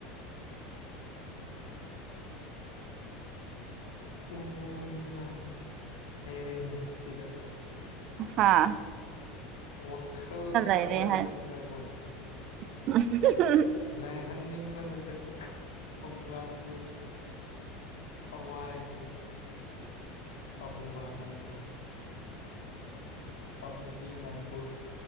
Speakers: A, on the left (about 85°); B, on the right (about 50°).
A: ꯄꯣꯂꯨꯅ ꯑꯩ ꯃꯤꯠꯁꯤꯗ
B: ꯍꯥꯥ
A: ꯋꯥꯈꯜꯗ
B: ꯂꯩꯔꯦ
A: ꯈꯜꯂꯦ
B: ꯍꯥꯏ
A: ꯅꯪꯇꯕꯨ
B: <unintelligible>
A: ꯂꯥꯛꯍꯟꯅꯤꯡꯕꯅ <unintelligible> ꯈꯧꯂꯥꯡ ꯂꯩ ꯊꯋꯥꯏꯒꯤ ꯄꯥꯝꯃꯨꯕ ꯅꯪꯕꯨ ꯄꯥꯝꯃꯨꯕꯤ ꯅꯪꯕꯨ